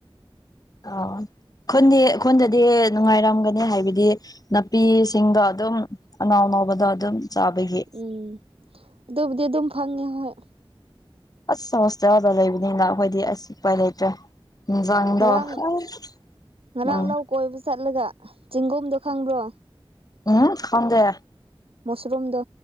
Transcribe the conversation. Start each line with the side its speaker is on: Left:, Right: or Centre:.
Left: <unintelligible> ꯈꯨꯟꯗꯤ ꯈꯨꯟꯗꯗꯤ ꯅꯨꯡꯉꯥꯏꯔꯝꯒꯅꯤ ꯍꯥꯏꯕꯗꯤ ꯅꯥꯄꯤꯁꯤꯡꯗꯣ ꯑꯗꯨꯝ ꯑꯅꯧ ꯑꯅꯧꯕꯗꯣ ꯑꯗꯨꯝ ꯆꯥꯕꯒꯤ꯫
Right: ꯎꯝ ꯑꯗꯨꯕꯨꯗꯤ ꯑꯗꯨꯝ ꯐꯪꯉꯦ ꯍꯣꯏ꯫
Left: ꯑꯁ ꯍꯣꯁꯇꯦꯜꯗ ꯂꯩꯕꯅꯤꯅ ꯑꯈꯣꯏꯗꯤ ꯑꯁ ꯎꯄꯥꯏ ꯂꯩꯇ꯭ꯔꯦ꯫ ꯍꯤꯡꯖꯥꯡꯗꯣ
Right: ꯉꯔꯥꯡ
Left: ꯎꯝ
Right: ꯉꯔꯥꯡ ꯂꯧ ꯀꯣꯏꯕ ꯆꯠꯂꯒ, ꯆꯤꯡꯒꯨꯝꯗꯣ ꯈꯪꯕ꯭ꯔꯣ?
Left: ꯎꯝ, ꯈꯪꯗꯦ꯫
Right: ꯃꯣꯁꯔꯨꯝꯗꯣ꯫